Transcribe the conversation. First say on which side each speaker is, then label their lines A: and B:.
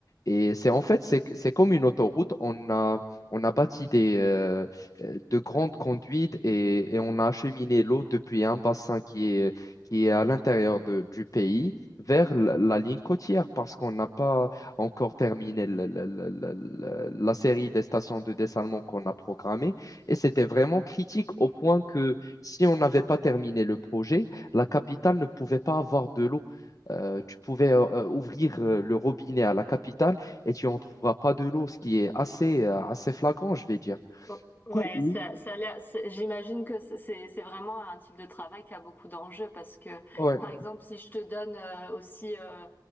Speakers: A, on the left; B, on the left.
A: Et c'est en fait, c'est c'est comme une autoroute. On a, on a bâti des, euh, euh, de grandes conduites et, et on a acheminé l'eau depuis un bassin qui est, qui est à l'intérieur de- du pays vers la, la ligne côtière parce qu'on n'a pas encore terminé le- le- le- le- le- la série des stations de dessalement qu'on a programmées. Et c'était vraiment critique au point que si on n'avait pas terminé le projet, la capitale ne pouvait pas avoir de l'eau. Euh, tu pouvais euh, ouvrir euh, le robinet à la capitale et tu en trouveras pas de l'eau, ce qui est assez, euh, assez flagrant, je vais dire.
B: Oh, Ouais,
A: Co- oui.
B: ça, ça a l'air- c'est- j'imagine que c'est c'est c'est vraiment un type de travail qui a beaucoup d'enjeux parce que,
A: Ouais,
B: par exemple, si je te donne euh, aussi, euh,